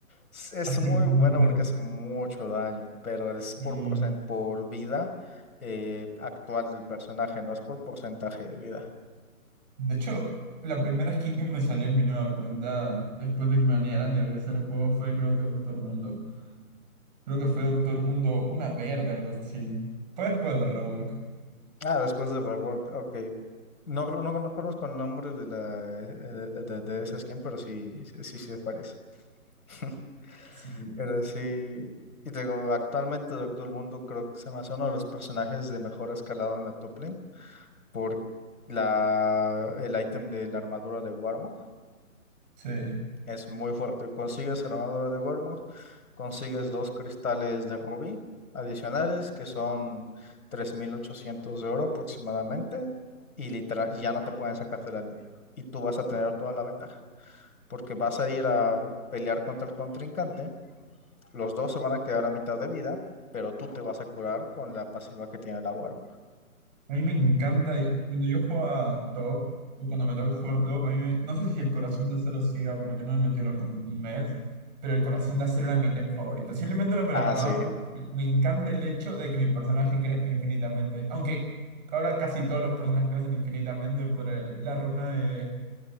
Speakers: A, on the left; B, on the right.
A: Es, es
B: Así
A: muy
B: muy
A: buena porque hace mucho daño, pero es por,
B: real.
A: porcen- por vida eh, actual del personaje, no es por porcentaje de vida.
B: De hecho, la primera skin que me salió en mi nueva cuenta después de que me banearan y regresé al juego fue creo que Doctor Mundo. Creo que fue Doctor Mundo una verde, algo así. Fue después del rework.
A: Ah, después de Rework, ok. No, no, no conozco el nombre de la eh, de, de- de esa skin, pero sí, sí, sí sé cuál es. <laughs>
B: Sí.
A: Pero sí, y te digo, actualmente Doctor Mundo creo que se me hace uno de los personajes de mejor escalado en la top lane por la, el ítem de la armadura de Warmog.
B: Sí.
A: Es muy fuerte. Consigues armadura de Gormog, consigues dos cristales de rubí adicionales que son 3.800 de oro aproximadamente y literal ya no te pueden sacar de la línea. Y tú vas a tener toda la ventaja porque vas a ir a pelear contra el contrincante. Los dos se van a quedar a mitad de vida, pero tú te vas a curar con la pasiva que tiene la Gormog.
B: A mí me encanta, eh, cuando yo juego top, o cuando me toca jugar top, a mí me- no sé si el corazón de acero siga, porque no me metió LOL como en un mes, pero el corazón de acero era mi item favorito. Simplemente no me
A: Ah,
B: lo armaba.
A: sí.
B: Me me encanta el hecho de que mi personaje crezca infinitamente. Aunque ahora casi todos los personajes crecen infinitamente por el- la runa de,